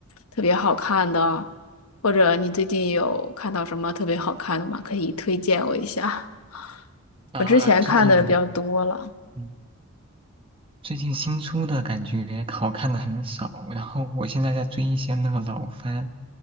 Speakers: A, on the left; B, on the right.
A: 特别好看的，或者你最近有看到什么特别好看的吗？可以推荐我一下。
B: 啊，
A: 我之前看的比较多了，
B: 最近嗯最近新出的感觉好看的很少，然后我现在在追一些那个老番，